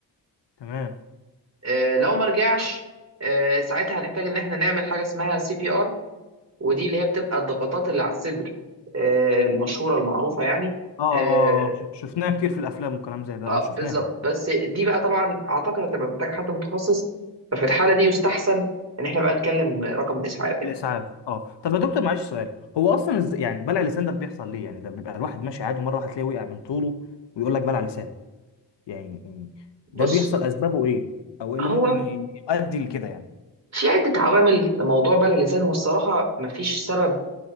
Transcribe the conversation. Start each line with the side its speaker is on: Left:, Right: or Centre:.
Left: تمام
Right: آه، لو ما رجعش آه، ساعتها هنحتاج ان احنا نعمل حاجه اسمها سي بي ار ودي اللي هي بتبقى الضغطات اللي على الصدر آه، المشهورة المعروفة يعني
Left: اه
Right: اه
Left: اه ش- شفناها كتير في الافلام وكلام زي ده
Right: آه،
Left: اه شفناها
Right: بالظبط بس دي بقى طبعا اعتقد هتبقى محتاجة حد متخصص ففي الحالة دي يستحسن ان احنا بقى نكلم رقم الاسعاف يعني
Left: الاسعاف اه طب يا دكتور معلش سؤال هو اصلا إز... يعني بلع اللسان ده بيحصل ليه يعني ده بيبقى الواحد ماشي عادي مره واحده تلاقيه وقع من طوله ويقول لك بلع لسان يعني يعني
Right: بص
Left: ده بيحصل اسبابه ايه او ايه اللي
Right: هو
Left: ممكن ي- يؤدي لكده يعني
Right: في عدة عوامل لموضوع بلع اللسان هو الصراحة مفيش سبب